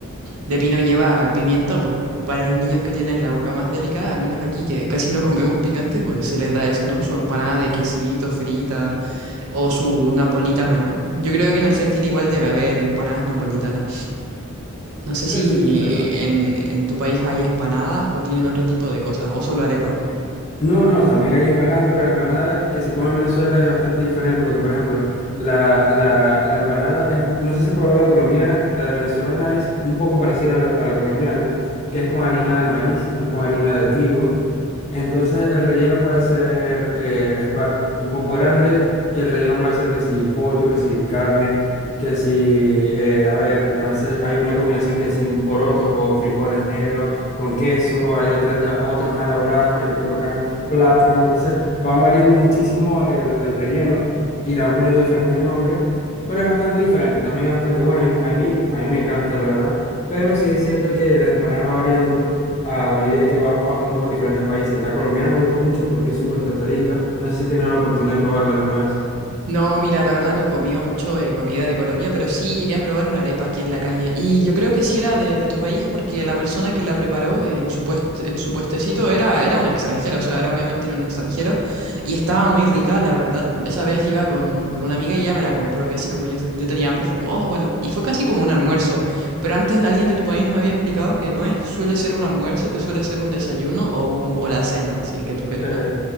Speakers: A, on the right; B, on the left.
A: de pino lleva pimienta, pues para los niños que tienen la boca más delicada, al menos aquí que casi no comemos picante, pues se les da eso, ¿no? Su empanada de quesito, frita,
B: mm,
A: o
B: ¿no?
A: su napolitana, ¿no? Yo creo que en Argentina igual debe haber empanadas napolitanas. No sé
B: Eh,
A: si
B: sí, seguro.
A: eh, en, en tu país hay empanadas o tienen otro tipo de cosas, o solo arepas.
B: No, no, también hay empanadas, pero la empanada que se come en Venezuela es bastante diferente porque, por ejemplo, la, la, la empanada es, no sé si has probado la colombiana, la de venezolana es un poco parecida a la, a la colombiana, que es con harina de maíz, no es con harina de trigo. Entonces el relleno puede ser eh, es ba- un poco grande y el relleno puede ser que si pollo, que si carne, que si, eh, a ver, a veces hay una combinación que si porotos o frijoles negros con queso, hay otras ya otras más elaboradas que le colocan plátano. Entonces van variando muchísimo el, el relleno y le van poniendo diferentes nombres, y- pero es bastante diferente, también es bastante bueno y a mí, a mí me encanta, la verdad. Pero sí es cierto que las empanadas van variando a medida que vas pasando por diferentes países. La colombiana me gusta mucho porque es súper tostadita. No sé si has tenido la oportunidad de probarla alguna vez.
A: No, mira, la verdad no he comido mucho eh, comida de Colombia, pero sí llegué a probar una arepa aquí en la calle. Y yo creo que sí era de, de tu país porque la persona que la preparó en su puest- en su puestecito era, era un extranjero, o sea, era obviamente era un extranjero y estaba muy rica, la verdad. Esa vez iba con, con una amiga y ella me la compró y así como yo, yo tenía hambre, fue como, oh, bueno, y fue casi como un almuerzo. Pero antes alguien de tu país me había explicado que no es, suele ser un almuerzo, que suele ser un desayuno o, un- o la cena, si es que tú quieres,
B: Eh,
A: ¿no?